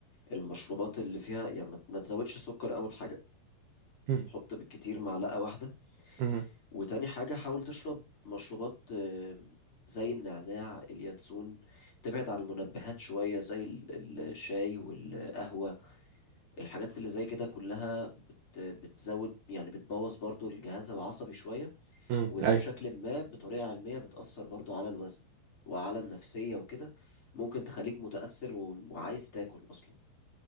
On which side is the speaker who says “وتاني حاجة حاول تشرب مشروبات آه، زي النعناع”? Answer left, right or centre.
Left